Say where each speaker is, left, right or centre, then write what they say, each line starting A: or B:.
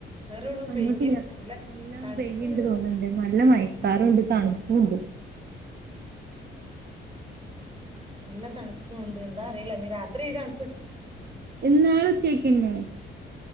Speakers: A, on the right (about 30°); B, on the right (about 55°).
A: വേറെ എവിടോ
B: ആ ങ്ങട്ടില്ല
A: പെയ്യ്ണ്ട്
B: നല്ല
A: തണുപ്പ്
B: പെയ്യ്ണ്ട് തോന്നുണ്ട് നല്ല മയക്കാറുണ്ട്
A: ഉം
B: തണുപ്പും ണ്ട്.
A: നല്ല തണുപ്പുണ്ട് എന്താ അറില ഇനി രാത്രി ഈ തൺ
B: ഇന്നാള് ഇച്ചക്കന്നേ